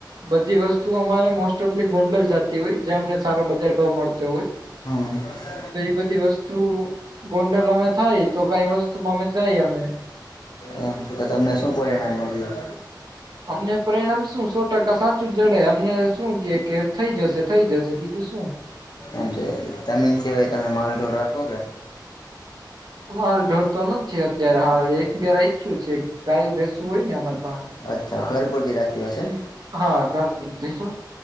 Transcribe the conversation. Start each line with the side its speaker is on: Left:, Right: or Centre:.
Right: બધી વસ્તુ અમારે મોસ્ટ પલી ગોંડલ જતી હોય, જ્યાં અમને સારો બજાર ભાવ મળતો હોય.
Left: હા.
Right: તો એ બધી વસ્તુ ગોંડલ અમે થાયતો કઈ વસ્તુમાં અમે જાય અમે.
Left: એમ. તો તમને શું પરિણામ મળ્યું?
Right: અમને પરિણામ શું સો ટકા સાચું જડે. અમને શું કે-કે થઈ જશે, થઈ જશે, બીજું શું?
Left: એમ કે, જમીન સિવાય તમે માલઢોર રાખો કે?
Right: માલ ઢોરતો નથી અત્યારે હાલ એક બે રાખ્યું છે ગાયુ-ભેંસુ હોય ને અમારે.
Left: અચ્છા. ઘર પુરતી રાખી હશે.
Right: હા. ઘર પૂરતી જ હો.